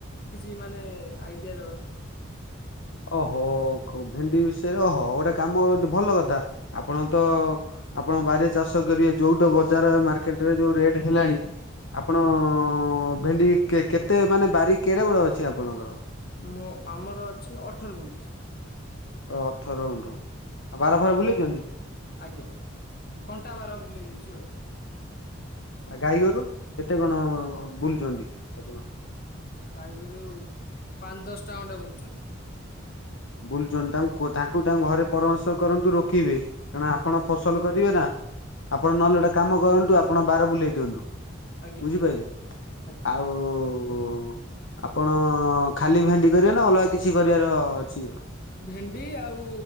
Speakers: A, on the left (about 45°); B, on the left (about 70°).
A: କିଛି ମାନେ ଆଇଡ଼ିଆ ଦେବାରେ।
B: ଓହୋ ଭେଣ୍ଡି ବିଷୟରେ ଓହୋ ଗୋଟେ କାମ କରନ୍ତୁ ଭଲ କଥା ଆପଣ ତ ଆପଣ ବାରି ଚାଷ କରିବେ ଯୋଉ ବଜାର ମାର୍କେଟରେ ଯୋଉ ରେଟ ହେଲାଣି। ଆପଣ ଭେଣ୍ଡି କେ କେତେ ମାନେ ବାରି କେଡ଼େବଡ ଅଛି ଆପଣଙ୍କର?
A: ମୁଁ ଆମର ଅଛି ଅଠର ଗୁଣ୍ଠି।
B: ଅ ଅଠର ଗୁଣ୍ଠୁ। ଆଉ ବାର
A: ଆଜ୍ଞା
B: ଫାର ବୁଲେଇଛନ୍ତି?
A: ଆଜ୍ଞା କଣ୍ଟା ବାର ବୁଲେଇ ଦେଇଛୁ ଆଉ।
B: ଆ ଗାଈଗୋରୁ କେତେ କଣ ବୁଲୁଛନ୍ତି ଆପଣଙ୍କ?
A: ଗାଈଗିରୁ ପାଞ୍ଚ ଦଶଟା ଖଣ୍ଡେ ବୁଲୁଛନ୍ତି।
B: ବୁଲୁଛନ୍ତି ତାଙ୍କୁ ତାଙ୍କୁ ତା ଘରେ ପରାମର୍ଶ କରନ୍ତୁ ରୋକିବେ କାରଣ ଆପଣ ଫସ ଲ କରିବେ ନା ଆପଣ ନହଲେ ଗୋଟେ କାମ କରନ୍ତୁ ଆପଣ ବାର ବୁଲେଇ ଦିଅନ୍ତୁ
A: ଆଜ୍ଞା
B: ବୁଝିପାରିଲେ
A: ଆଜ୍ଞା
B: ଆଉ ଓ ଆପଣ ଖାଲି ଭେଣ୍ଡି କରିବେ ନା ଅଲଗା କିଛି କରିବାର ଅ ଅଛିକି ଆଉ।
A: ଭେଣ୍ଡି ଆଉ